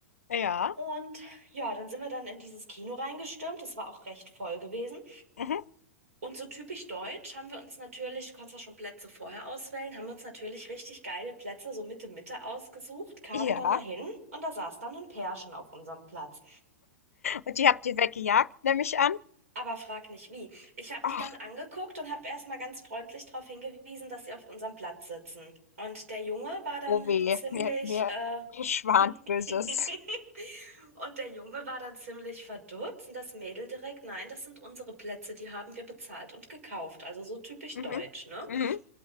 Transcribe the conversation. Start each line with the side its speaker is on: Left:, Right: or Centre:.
Left: Ja.
Right: Und ja, dann sind wir dann in dieses Kino reingestürmt, es war auch recht voll gewesen.
Left: Mhm.
Right: Und so typisch deutsch haben wir uns natürlich, du kannst ja schon Plätze vorher auswählen, haben wir uns natürlich richtig geile Plätze so Mitte Mitte ausgesucht, kamen
Left: Ja.
Right: dann dahin und da saß dann ein Pärchen auf unserem Platz.
Left: Und die habt ihr weggejagt, nehme ich an.
Right: Aber frag nicht wie. Ich habe
Left: Ach,
Right: die dann angeguckt und habe erstmal ganz freundlich darauf hingewiesen, dass sie auf unserem Platz sitzen. Und der Junge war dann
Left: oh weh,
Right: ziemlich,
Left: mir, mir,
Right: äh,
Left: mir schwant Böses.
Right: <laughs> und der Junge war dann ziemlich verdutzt und das Mädel direkt, nein, das sind unsere Plätze, die haben wir bezahlt und gekauft. Also so typisch
Left: Mhm.
Right: deutsch, ne? Und
Left: Mhm.